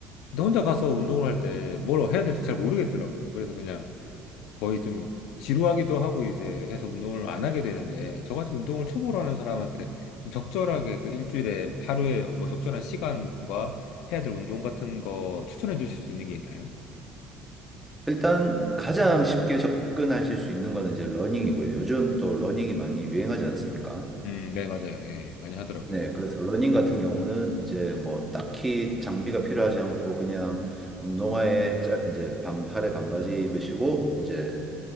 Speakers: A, on the left; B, in the centre.
A: 근데 혼자 가서 운동을 할 때 뭘 해야 될지 잘 모르겠더라고요. 그래서 그냥 거의 좀 지루하기도 하고 이제 해서 운동을 안 하게 되는데 저같이 운동을 초보로 하는 사람한테 좀 적절하게 그 일주일에 하루에 뭐 적절한 시간과 해야 될 운동 같은 거 추천해 주실 수 있는 게 있나요?
B: 일단 가장 쉽게 접근하실 수 있는 거는 이제 러닝이고요. 요즘 또 러닝이 많이 유행하지 않습니까?
A: 음, 네, 맞아요. 예, 많이 하더라고요.
B: 네, 그래서 러닝 같은 경우는 이제 뭐 딱히 장비가 필요하지 않고 그냥 운동화에 짜, 이제 반팔에 반바지 입으시고 이제